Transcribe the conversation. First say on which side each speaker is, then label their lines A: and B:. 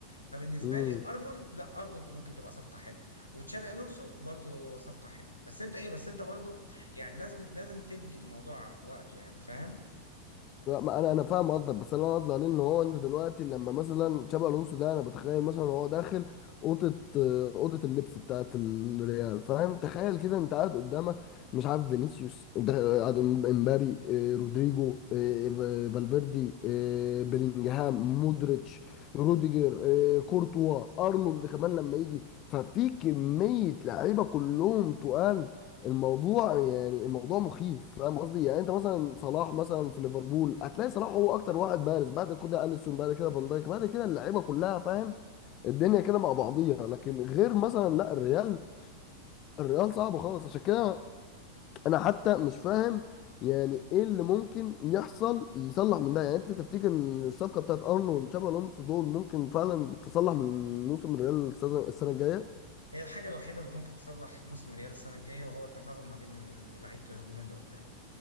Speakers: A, on the left; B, on the left.
A: فبالنسبه
B: امم
A: لي ارنولد لا ارنولد ممكن تبقى صفقه حلوه وتشابي الونسو برضو صفقه حلوه بس انت ايه بس انت برضو يعني لازم لازم تدي الموضوع وقته يعني فاهم
B: لا ما انا انا فاهم قصدك بس انا قصدي عليه ان هو انت دلوقتي لما مثلا تشابي الونسو ده انا بتخيل مثلا هو داخل اوضه آه، اوضه اللبس بتاعت الريال فاهم تخيل كده انت قاعد قدامك مش عارف فينيسيوس انت قاعد قدام امبابي آه، رودريجو آه، ف- فالفيردي آه، بيلينجهام مودريتش روديجر آه، كورتوا ارنولد كمان لما يجي ففي كميه لعيبه كلهم تقال الموضوع يعني الموضوع مخيف فاهم قصدي يعني انت مثلا صلاح مثلا في ليفربول هتلاقي صلاح هو اكتر واحد بارز بعد كده اليسون بعد كده فان دايك بعد كده اللعيبه كلها فاهم الدنيا كده مع بعضيها لكن غير مثلا لا الريال الريال صعب خالص عشان كده انا حتى مش فاهم يعني ايه اللي ممكن يحصل يصلح من ده يعني انت تفتكر ان الصفقه بتاعت ارنولد وتشابي الونسو دول ممكن فعلا تصلح من موسم الريال السنه السنة الجايه
A: هي الحاجه الوحيده اللي ممكن تصلح موسم ريال السنه الجايه وهو التفاهم ما بين لعيبه الهجوم اللي قدام